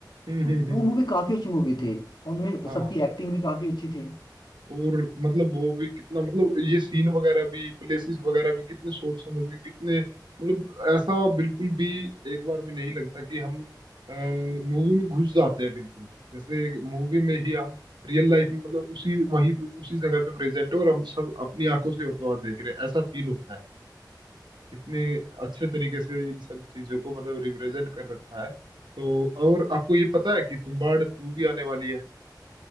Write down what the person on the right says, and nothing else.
हम्म हम्म
हम्म हम्म
हम्म,
हम्म,
हाँ
और मतलब वो भी कितना मतलब ये सीन वगैरह भी प्लेसेस वगैरह भी कितने सोच समझ के कितने मतलब ऐसा बिल्कुल भी एक बार भी नहीं लगता कि हम मूवी में घुस जाते हैं बिल्कुल जैसे मूवी में ही हम रियल लाइफ में मतलब उसी वहीं पे उसी जगह पे प्रेजेंट है और हम सब अपनी आंखों से होता हुआ देख रहे हैं ऐसा फील होता है इतने अच्छे तरीके से इन सब चीजों को मतलब रिप्रेजेंट कर रखा है तो और आपको ये पता है कि तुम्बाड़ टू भी आने वाली है